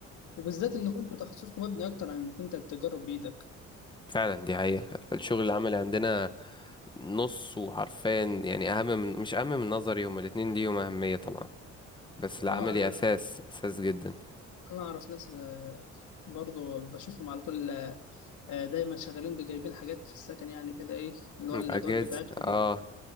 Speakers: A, on the left (about 75°); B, on the left (about 15°).
A: وبالذات ان كنتوا تخصصكم مبني اكتر عن انك انت تجرب بايدك
B: فعلا دي حقيقة الشغل العملي عندنا نص وحرفيا يعني أهم من مش أهم من نظري هما الاتنين ليهم أهمية طبعا بس
A: اه
B: العملي
A: انا
B: أساس أساس جدا
A: انا اعرف ناس آه، برضو بشوفهم على طول آه، آه، دايما شغالين بجايبين حاجات في السكن يعني كده ايه اللي
B: أجازة
A: هو الادوات بتاعتكم
B: اه
A: دي